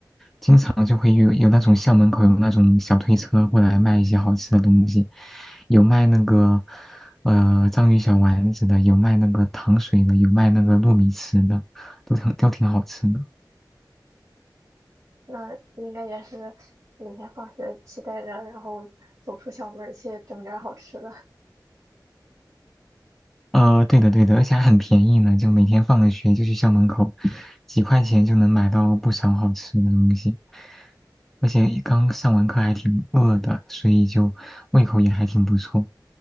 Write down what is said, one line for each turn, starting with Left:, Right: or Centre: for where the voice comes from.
Centre: 经常就会有有那种校门口有那种小推车过来卖一些好吃的东西，有卖那个呃章鱼小丸子的，有卖那个糖水的，有卖那个糯米糍的，都挺都挺好吃的。
Right: 那应该也是每天放学期待着，然后走出校门儿去整点儿好吃的。
Centre: 呃，对的对的，而且还很便宜呢，就每天放了学就去校门口，几块钱就能买到不少好吃的东西。而且刚上完课还挺饿的，所以就胃口也还挺不错。